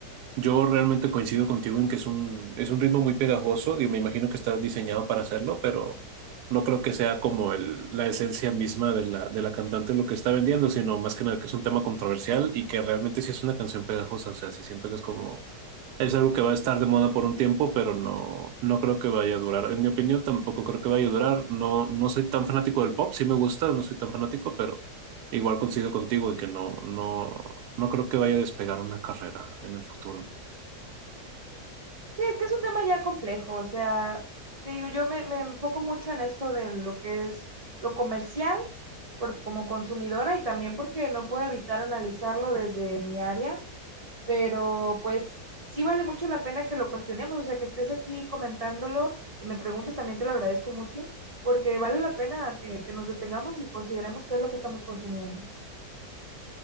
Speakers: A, on the right; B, on the right.
A: Yo realmente coincido contigo en que es un, es un ritmo muy pegajoso, digo, me imagino que está diseñado para hacerlo, pero no creo que sea como el, la esencia misma de la, de la cantante lo que está vendiendo, sino más que nada que es un tema controversial y que realmente sí es una canción pegajosa, o sea, sí siento que es como es algo que va a estar de moda por un tiempo, pero no, no creo que vaya a durar. En mi opinión, tampoco creo que vaya a durar. No, no soy tan fanático del pop, sí me gusta, no soy tan fanático, pero igual coincido contigo en que no, no, no creo que vaya a despegar una carrera en el futuro.
B: Sí, es que es un tema ya complejo, o sea, te digo, yo me, me enfoco mucho en esto de lo que es lo comercial por, como consumidora y también porque no puedo evitar analizarlo desde mi área, pero pues sí vale mucho la pena que lo cuestionemos, o sea, que estés aquí comentándolo, que me preguntes, también te lo agradezco mucho, porque vale la pena que, que nos detengamos y consideremos qué es lo que estamos consumiendo.